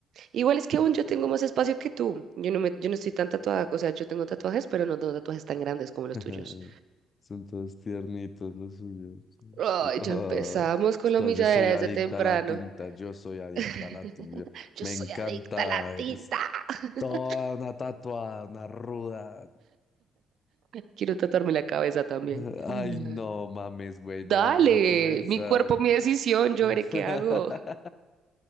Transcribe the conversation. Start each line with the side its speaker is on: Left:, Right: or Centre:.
Right: Igual es que aún yo tengo más espacio que tú. Yo no me, yo no estoy tan tatuada. O sea, yo tengo tatuajes, pero no tengo tatuajes tan grandes como
Left: <laughs>
Right: los tuyos.
Left: Son todos tiernitos los suyos.
Right: Ay,
Left: Yo,
Right: ya empezamos
Left: ay,
Right: con
Left: esto-
Right: la humilladera
Left: yo soy
Right: desde
Left: adicta
Right: temprano.
Left: a la tinta, yo soy adicta
Right: <laughs>
Left: a la tinta. yo-
Right: Yo
Left: me
Right: soy
Left: encanta,
Right: adicta a la tinta.
Left: eres
Right: <laughs>
Left: toda una tatuada, una ruda.
Right: Quiero tatuarme la cabeza también.
Left: <laughs>
Right: <laughs>
Left: Ay, no mames, güey,
Right: Dale,
Left: no vamos a comenzar.
Right: mi cuerpo, mi decisión, yo
Left: <laughs>
Right: veré qué hago.